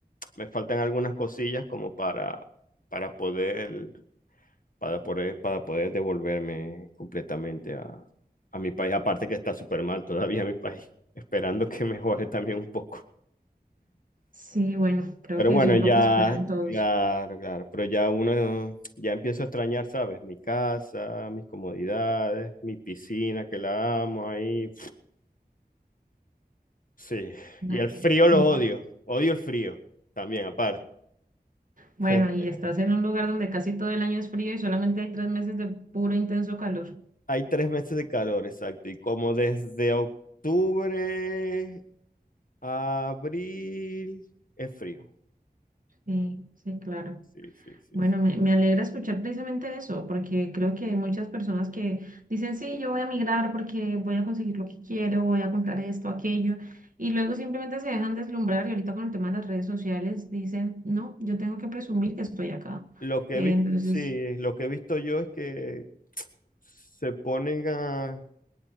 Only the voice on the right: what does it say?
Sí, bueno, creo
que
eso es
lo que esperan todos.
Ajá,
bueno,
Bueno,
y estás en un lugar donde casi todo el año es frío y solamente hay tres meses de puro intenso calor.
Sí, sí, claro.
Bueno,
me, me alegra escuchar precisamente eso, porque creo que hay muchas personas que dicen, sí, yo voy a migrar porque voy a conseguir lo que quiero, voy a comprar esto, aquello, y luego simplemente se dejan deslumbrar y ahorita con el tema de las redes sociales dicen, no, yo tengo que presumir que estoy acá.
Eh,
entonces,